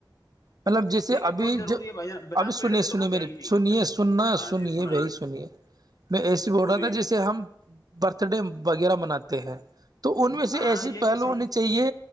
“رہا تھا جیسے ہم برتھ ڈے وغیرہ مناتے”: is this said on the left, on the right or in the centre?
Right